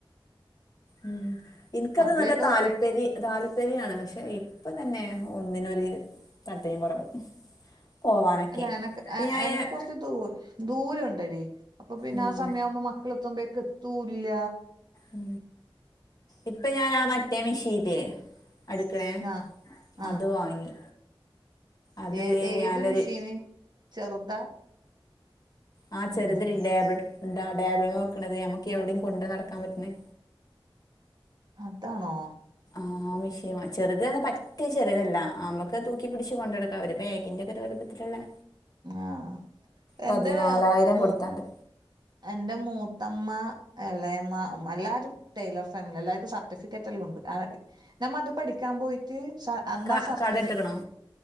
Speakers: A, on the left; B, on the right.
A: ഉ എനിക്കത്
B: അപ്പളേക്ക്
A: നല്ല താല്പര്യ തൽപ ശരിയാണ് പക്ഷെ ഇപ്പൊ തന്നെ ഒന്നിനൊരു തട്ടയും കുറവ് പോവാനൊക്കെ
B: അല്ല എനക്ക്
A: ഇപ്പം ഞാൻ
B: എക്ക്
A: ഈ-
B: കൊറച്ച് ദൂ ദൂരം ഉണ്ട്ടിീ അപ്പൊ പിന്നെ
A: ഉം
B: ആ സമയം ആവുമ്പോ മക്കള എത്തുമ്പഴേക്ക എത്തല്ല
A: ഉ ഇപ്പൊ ഞൻാ മറ്റേ മിഷീല് അടിക്കണേ
B: ആഹ് ആഹ്
A: അത് വാങ്ങി അത്
B: ഏ ഏത്
A: ഞാനൊരു
B: മെഷീന് ചെറുതാ
A: ആഹ് ചെറുതല
B: ഉം
A: ഇണ്ടേബട എന്താ ടേബിൾ വെക്കണത് നമ്മക്ക് എവിടെയും കൊണ്ട് നടക്കാൻ പറ്റണേ
B: അതാണോ
A: ആ മിഷീ ചെറുതന്ന് പറ്റേ ചെറുതല്ല നമുക്ക് തൂക്കി പിടിച്ച് കൊണ്ടു നടക്കാം ഒരു പേഗിന്റെറെയക്ക ഒരു എളിപ്പത്തിലുള്ളേ
B: ആ..
A: പതിനാലായിരം
B: എന്തേ.. മു
A: കൊടുത്താണ്ട്
B: എന്റെ മൂത്തമ്മ എളെമ്മ മ്മ എല്ലാരും ടെലർ ഫാമിലി എല്ലാർക്കും സർട്ടിഫിക്കറ്റ്ല്ലണ്ട് അ.. നമ്മ അത് പഠികാം പോയിട്ട് സ.. അന്നന്നാ
A: ക
B: സർട്ടിഫ
A: കട ഇട്ട്ക്കണോ